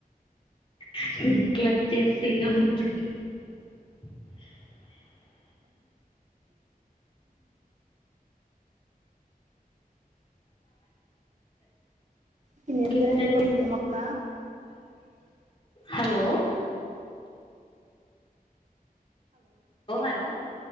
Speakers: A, on the left (about 35°); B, on the right (about 50°).
A: <unintelligible>
B: తినేసారండి
A: ఎప్పుడండి
B: పుచ్చకాయ ముక్క
A: హలో ఓ హలో